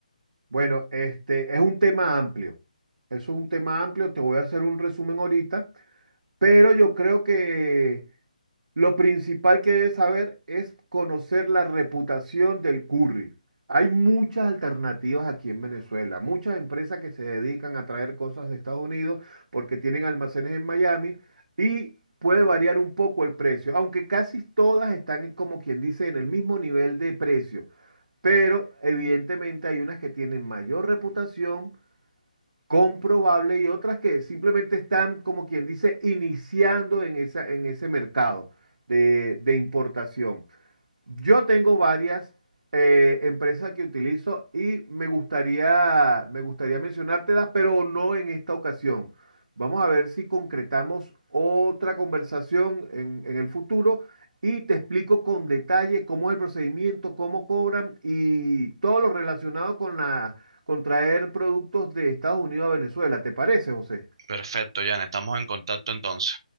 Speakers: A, on the right (about 85°); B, on the right (about 35°).
A: Bueno, este es un tema amplio. Eso es un tema amplio. Te voy a hacer un resumen ahorita, pero yo creo que lo principal que debes saber es conocer la reputación del curry. Hay muchas alternativas aquí en Venezuela, muchas empresas que se dedican a traer cosas de Estados Unidos porque tienen almacenes en Miami y puede variar un poco el precio, aunque casi todas están como quien dice en el mismo nivel de precio, pero evidentemente hay unas que tienen mayor reputación comprobable y otras que simplemente están, como quien dice, iniciando en esa, en ese mercado de, de importación. Yo tengo varias eh, empresas que utilizo y me gustaría, me gustaría mencionártelas, pero no en esta ocasión. Vamos a ver si concretamos otra conversación en, en el futuro y te explico con detalle cómo es el procedimiento, cómo cobran y todo lo relacionado con la, con traer productos de Estados Unidos a Venezuela. ¿Te parece, José?
B: Perfecto, Jan. Estamos en contacto entonces.